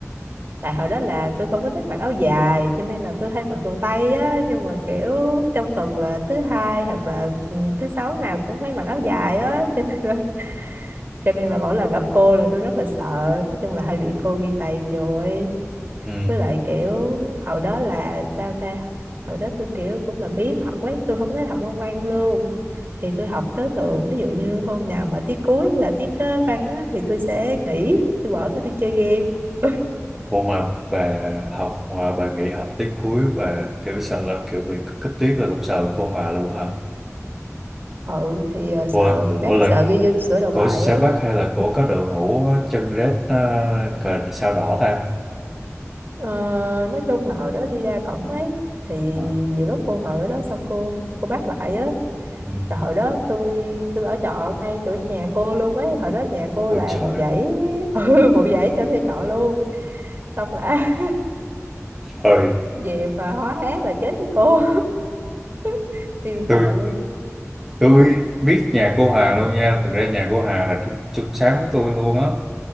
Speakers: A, on the right; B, in the centre.
A: Tại hồi đó là tôi không có thích mặc áo dài, cho nên là tôi hay mặc đồ tây á. Nhưng mà kiểu trong tuần là thứ hai hoặc là ừ, thứ sáu nào cũng phải mặc áo dài á. Cho nên là, cho nên là mỗi lần gặp cô là tôi rất là sợ. Nói chung là hay bị cô ghi tàn vô ấy.
B: Ừ.
A: với lại kiểu hồi đó là sao ta hồi đó tôi kiểu cũng là biếng học quá tôi không thích học môn văn luôn thì tôi học tới thường ví dụ như hôm nào mà tiết cuối là tiết ờ, văn á, thì tôi sẽ nghỉ tôi bỏ tôi đi chơi game <laughs>
B: Cô mà bà học mà bà nghỉ học tiết cuối bà kiểu sợ là kiểu bị cấp tiết là cũng sợ cô Hòa luôn hả?
A: ừ thì ờ, sợ
B: Ủa,
A: bị bác
B: ủa là
A: sợ ghi vô sửa đầu
B: của
A: bài
B: Sáng
A: ấy
B: Bắc hay là của có đội ngũ chân rết uh, cờ sao đỏ ta?
A: ờ, nói chung là hồi đó đi ra cổng ấy thì
B: Ờ,
A: nhiều lúc cô ngồi ở đó xong cô cô bắt lại á
B: Ừ.
A: rồi hồi đó tôi tôi ở trọ ngay chỗ nhà cô luôn ấy hồi đó nhà cô
B: Ôi
A: là
B: trời,
A: một dãy <laughs> ừ một dãy cho thuê trọ luôn xong là
B: trời,
A: <laughs> về mà hó hé là chết với cô <laughs> siêu
B: tôi
A: sợ luôn
B: tôi biết nhà cô Hà luôn nha. Thực ra nhà cô Hà là chung, chung sáng với tôi luôn á.